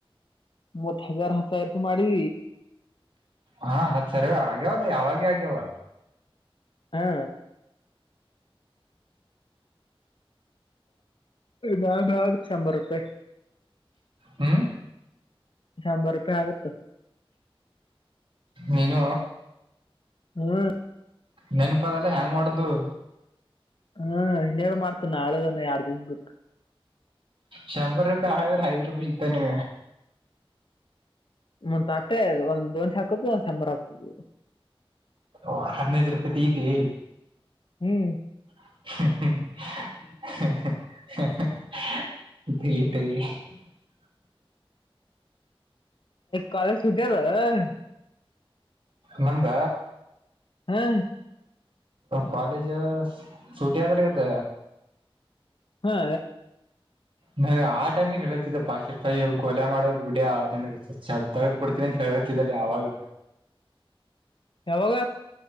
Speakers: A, on the left; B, on the right.
A: ಮೂವತ್ ಹಜಾರ್ ಹಸರ್ತ ಮಾಡಿ
B: ಹಾ ಹತ್ ಸರಿ ಆಗ್ಯವಲ್ಲ ಯಾವಾಗ ಆಗ್ಯಾವ
A: ಹಾ್ ನಾಗ ಆ ಶಂಬರ್ ರೂಪಾಯಿ
B: ಹ್ಮ್
A: ಶಂಭರ ರೂಪಾಯಿ ಆಗುತ್ತ
B: ನೀನು
A: ಹ್ಮ್ <inaudible>
B: ನೆನಪಗಲ್ಲ ಹೇಗ್ ಮಾಡೋದು.
A: ಹ್ಮ ಇನ್ನೇಳ ಮಾಡ್ತ ನಾಳೆ ನಾಡದು ಐರಡು ದಿವಸ ಬಿಡ್ತು.
B: ಶಂಭರ್ ರೂಪ ಆ ಹ ಐದು ರೂಪಿ ಈಗ ತಾನೆ
A: ಮತ್ ಆಟೆ ಒಂದ್ ದೋಸೆ ಹಾಕುದು ಒಂದ್ ಸಾಂಬಾರ್ ಹಾಕುದು.
B: ಓ ಹದಿನೈದು ರೂಪಾಯಿದ ಐತಿ
A: ಹ್ಮ್
B: ಹೂ ಹು <unintelligible> ಲೈಟ್ ಆಗಿ <unintelligible>
A: ಕಾಲೇಜ್ ಸುಟಿಯದ <unintelligible>
B: ನಮಗ
A: ಹಾ
B: ಕಾಲೇಜ್ ಸೂಟಿ ಆದ್ರಿ ಇವತ್
A: ಹಾ
B: ನಂ ಆ ಟೈಮಗ್ ಹೇಳತಿದ್ದ ಪಶೀಶ್ ಕೊಲೆ ಮಾಡೋನ ಬಿಡಿ ಪಶೀಶ್ ಭಾಯಿ ಏ <unintelligible> ಹೇಳ <unintelligible> ಕಗತಿದ್ದಲ್ಲ ಅವಾಗ
A: ಯಾವಾಗ